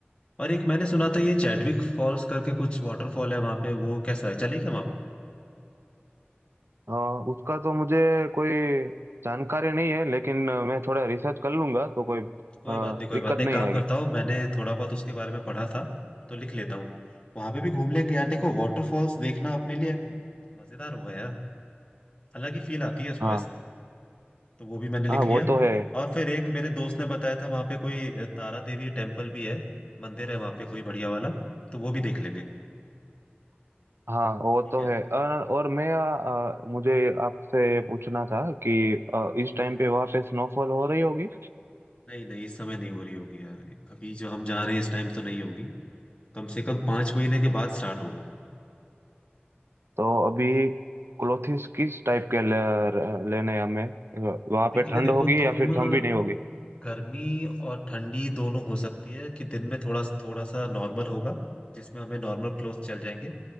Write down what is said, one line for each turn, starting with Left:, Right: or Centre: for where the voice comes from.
Left: और एक मैंने सुना था ये चैडविक फॉल्स करके कुछ वाटरफॉल है वहाँ पे वो कैसा है चले क्या वहाँ पे
Right: अ, उसका तो मुझे कोई जानकारी नहीं है लेकिन अ, मैं थोड़ा रिसर्च कर लूंगा तो कोई
Left: कोई
Right: अ,
Left: बात नहीं कोई
Right: दिक्कत
Left: बात नहीं
Right: नहीं
Left: एक काम
Right: आएगी
Left: करता हूँ मैंने थोड़ा बहुत उसके बारे में पढ़ा था तो लिख लेता हूँ वहाँ पे भी घूम लेंगे यार देखो वाटरफॉल्स देखना अपने लिए मजेदार होगा यार अलग ही फील आती है उसमें
Right: हाँ
Left: वैसे तो वो भी मैंने लिख
Right: हाँ
Left: लिया
Right: वो तो है
Left: और फिर एक मेरे दोस्त ने बताया था वहां पे कोई अ, तारा देवी टेम्पल भी है मंदिर है वहां पे कोई बढ़िया वाला तो वो भी देख लेंगे
Right: हाँ वो
Left: ठीक
Right: तो
Left: है
Right: है और, और मैं अ, मुझे आपसे पूछना था कि अ, इस टाइम पे वहाँ पे स्नोफॉल हो रही होगी
Left: नहीं नहीं इस समय नहीं हो रही होगी यार अभी जो हम जा रहे हैं इस टाइम तो नहीं होगी कम से कम पांच महीने के बाद स्टार्ट होगा वो
Right: तो अभी क्लोथिंग्स किस टाइप के ले, लेने हैं हमें वहाँ
Left: अभी
Right: पे
Left: के लिए
Right: ठंड
Left: देखो
Right: होगी
Left: तुम
Right: या फिर ठंड भी नहीं होगी
Left: गर्मी और ठंडी दोनों हो सकती है कि दिन में थोड़ा थोड़ा सा नॉर्मल होगा जिसमें हमें नॉर्मल क्लोथ चल जाएंगे